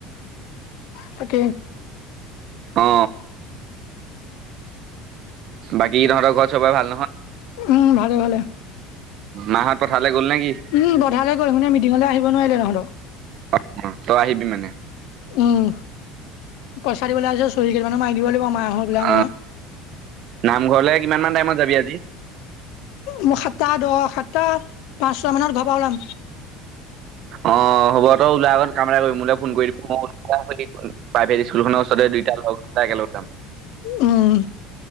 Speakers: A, on the left; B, on the right.
A: তাক।
B: অ। বাকী তহঁতৰ ঘৰত চবৰে ভাল নহয়
A: উম ভালে ভালে।
B: মাহঁত পথাৰলৈ গ'ল নে কি
A: উম বধালে গ মে মিটিঙলৈ আহিব নোৱাৰিলে তহঁতক।
B: অ অ তই আহিবি মানে।
A: উম, পইচা দিবলৈ আহিছে চৰি কেই মানে মাৰি দিব লাগিব মাক <unintelligible> মই।
B: অ নামঘৰলে কিমান মান টাইমত যাবি আজি
A: মোৰ সাতটা দহ সাতটা পাঁচ। চ মানত ঘৰ পা ওলাম।
B: অ হ'ব তই ওলাই আকৌ কাম এটা কৰি মো ফোন কৰি দিব মই ল <unintelligible> প্ৰাইভেট স্কুল খনৰ ওচৰতে দুইটা লগটা একেলগ যাম।
A: উম,